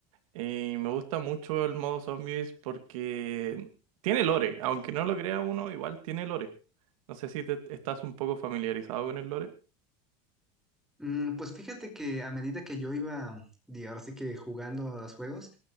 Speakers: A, on the right; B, in the centre.
A: Y me gusta mucho el modo zombies porque tiene lore, aunque no lo crea uno, igual tiene lore. No sé si te estás un poco familiarizado con el lore.
B: Mm, pues fíjate que a medida que yo iba, digo, ahora sí que jugando a los juegos,